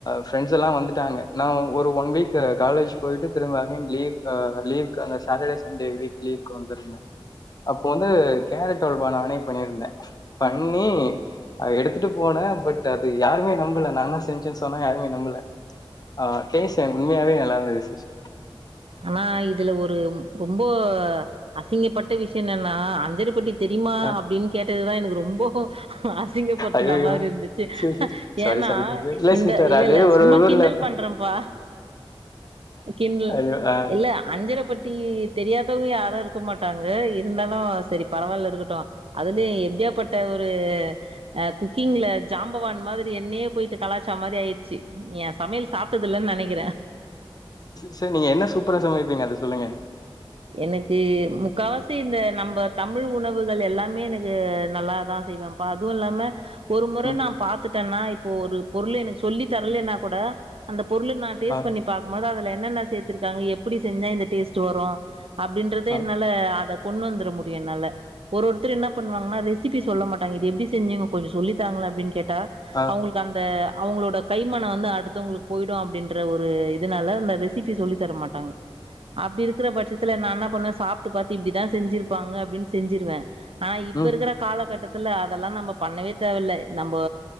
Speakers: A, on the left; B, on the right.
A: ஃப்ரெண்ட்ஸ் எல்லா வந்துட்டாங்க நா ஒரு ஒன் வீக் காலேஜ் போயிட்டு திரும்ப‌ அகேன் லீவ் அ லீவ்க் அந்த சாட்டர்டே சண்டே வீக் லீவ்க்கு வந்திருந்தே அப்போ வந்து கேரட் அல்வா நானே பண்ணிருந்தே பண்ணி அது எடுத்துட்டு போனே பட் அது யாருமே நம்பல நா தா செஞ்சேன்னு சொன்னா யாருமே நம்பல ஆ டேஸ்ட் என்க் உண்மையாவே நல்லா இருந்தது சிஸ்
B: ஆ இதுல ஒரு ரொம்போ அசிங்கப்பட்ட விஷயொ என்னன்னா அஞ்சரப்பெட்டி தெரியுமா
A: அ
B: அப்டின்னு கேட்டதுதா எனக்கு ரொம்போ அசிங்க படுத்துன
A: ஐயயோ!
B: மாரி இருந்துச்சு
A: சிஸ் சாரி
B: ஏன்னா
A: சாரி சிஸ்டர். இல்ல
B: இந்த
A: சிஸ்டர்
B: இல்ல
A: அது
B: இல்ல
A: ஒரு
B: சும்மா
A: ஒரு ஊர்ல
B: கிண்டல் பண்ற பா கிண்ட்ல்
A: ஐயோ! அ
B: இல்ல அஞ்சர பட்டி தெரியாதவங்க யாரு இருக்க மாட்டாங்க இருந்தாலு செரி பரவால்ல இருக்கட்டு அதுலயு எப்டியாபட்ட ஒரு அ குக்கிங்ல ஜாம்பவான் மாதிரி என்னையே போயிட்டு கலாச்ச மாரி ஆயிச்சு ஏ சமையல் சாப்டது இல்லனு நெனைக்கிறே
A: ச நீங்க என்ன சூப்பரா சமைப்பீங்க அத சொல்லுங்க
B: எனக்கு முக்கா வாசி இந்த நம்ப தமிழ் உணவுகள் எல்லாமே எனக்கு நல்லாதா செய்வே ப்பா அதுவு இல்லாம ஒரு முற
A: ம்.
B: நா பாத்துட்டேன்னா இப்போ ஒரு பொருள எனக்கு சொல்லி தரலேன்னா கூட அந்த பொருள நா டேஸ்ட்
A: ஆ,
B: பன்னி பாக்கும்போது அதுல என்னென்ன சேத்திருக்காங்க எப்புடி செஞ்சா இந்த டேஸ்ட் வரு அப்டின்றது
A: ஆ,
B: என்னா ல அத கொண்டு வந்துர முடியு என்னால ஒரு ஒருத்தர் என்னா பண்ணுவாங்னா ரெசிபி சொல்ல மாட்டாங்க இது எப்டி செஞ்சுங்க கொஞ்ச சொல்லித்தாங்ளே அப்டின் கேட்டா
A: ஆ.
B: அவுங்ளுக் கு அந்த அவங்ளோட கைமன வந்து அடுத்தவங்களுக்கு போய்டு அப்டின்ற ஒரு இதுனாலே அந்த ரெசிபி சொல்லி தர மாட்டாங்க அப்டி இருக்கிற பட்சத்துல நா என்னா பண்ணுவே சாப்ட்டு பாத்து இப்டிதா செஞ்சிருப்பாங்க அப்டின் செஞ்சிருவே ஆ இப்ப
A: ம்.
B: இருக்குற காலகட்டத்துல அதெல்லா நம்ப பண்ணவே தேவல்ல நம்போ